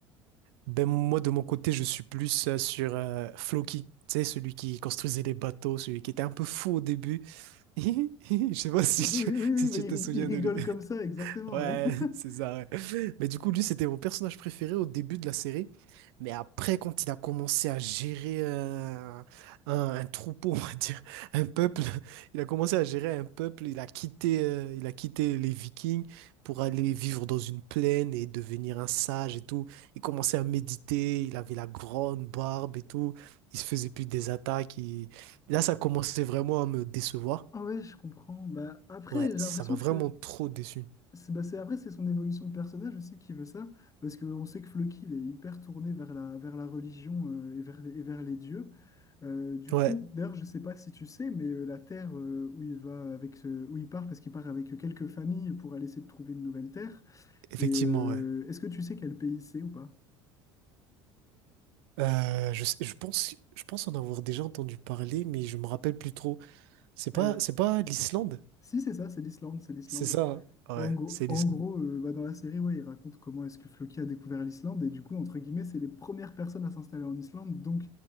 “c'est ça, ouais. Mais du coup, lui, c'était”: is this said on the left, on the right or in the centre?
Right